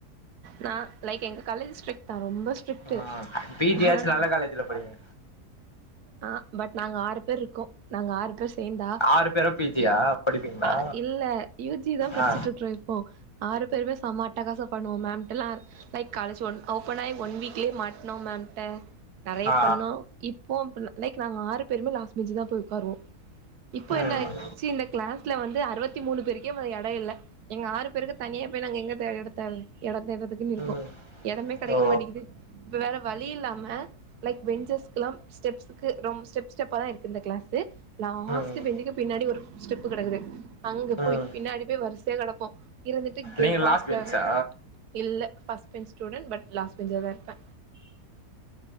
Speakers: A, on the right; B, on the left.
A: நா லைக் எங்க காலேஜ் ஸ்ட்ரிக் தா ரொம்ப ஸ்ட்ரிக்ட்டு
B: ஆ பிஜியாச்சு
A: ஆனா நா
B: நல்ல காலேஜ்ல படிங்க
A: ஆ பட் நாங்க ஆறு பேர் இருக்கோ நாங்க ஆறு அப்றோ சேர்ந்தா
B: ஆறு பேரு பி ஜி யா படிப்பீங்களா
A: அ இல்ல யூ ஜி தா படிச்சுட்டு
B: ஆ
A: இருக்றோ ஓ ஆறு பேருமே செமா அட்டக்காசோ பண்ணுவோ மேம்டல்லா லைக் காலேஜ் ஒன் ஓபன் ஆயி ஒன் வீக்லே மாட்னோ மேம்ட்ட நறைய
B: ஆ
A: பண்ணோ இப்போ லைக் நாங்க ஆறு பேருமே லாஸ்ட் பெஞ்சு தா போய் உட்காருவோ இப்போ
B: ம்
A: என்ன ஆச்சு இந்த கிளாஸ்ல வந்து அறுபத்தி மூணு பேருக்கே வ இட இல்ல எங்க ஆறு பேருக்கு தனியா பேய் நாங்க எங்கத்த இடத்த இடத் தேர்றதுக்குன் இருக்கோ
B: ம்
A: இடமே கெடைக்க
B: ஓ
A: மாட்டிக்கிது இப்ப வேற வழி இல்லாம லைக் பெஞ்சஸ்க்குலா ஸ்டெப்ஸ்சுக்கு ரொம்ப ஸ்டெப் ஸ்டெப்ப தா இருக்கு இந்த கிளாஸ் லாஸ்ட்
B: ம்
A: பெஞ்சிக்கு பின்னாடி ஒரு ஸ்டெப்பு கெடக்குது அங்க போய்
B: ம்
A: பின்னாடி போய் வர்சையா கெடப்போம் இருந்துட் ட்டுக்கே
B: நீங்க
A: காட்ஸ்ல
B: லாஸ்ட் பெஞ்சா
A: இல்ல first bench student but last பெஞ்சல தா இருப்பே